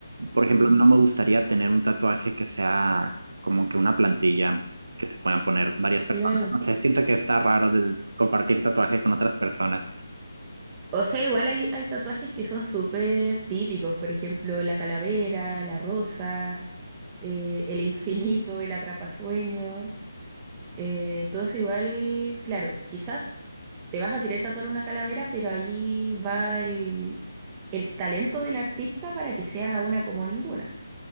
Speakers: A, on the right; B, on the right.
A: por ejemplo,
B: Mm,
A: no me gustaría tener un tatuaje que sea como que una plantilla que se puedan poner varias personas.
B: claro.
A: No sé, siento que está raro del compartir tatuaje con otras personas.
B: O sea, igual hay, hay tatuajes que son súper típicos, por ejemplo, la calavera, la rosa, eh, el infinito, el atrapasueño. Eh, entonces igual, claro, quizás te vas a querer tatuar una calavera, pero ahí va el, el talento del artista para que sea una como ninguna.